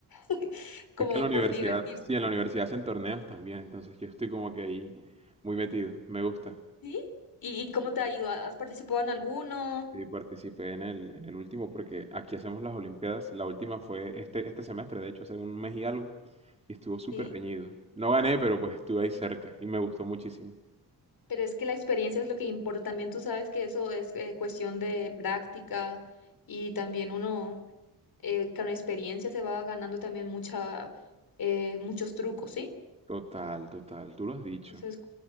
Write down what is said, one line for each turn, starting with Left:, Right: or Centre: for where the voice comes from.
Left: <laughs> como
Right: Es que en la universidad,
Left: por divertirse,
Right: sí, en la universidad hacen torneos también, entonces yo estoy como que ahí muy metido. Me gusta.
Left: ¿sí? ¿Y, y cómo te ha ido? ¿Has participado en alguno?
Right: Sí, participé en el, en el último porque aquí hacemos las Olimpiadas. La última fue este, este semestre, de hecho, hace un mes y algo, y estuvo súper
Left: ¿Sí?
Right: reñido. No gané, pero pues estuve ahí cerca y me gustó muchísimo.
Left: Pero es que la experiencia es lo que importa. También tú sabes que eso es eh, cuestión de práctica y también uno eh, con experiencia se va ganando también mucha, eh, muchos trucos, ¿sí?
Right: Total, total, tú lo has dicho,
Left: Eso es,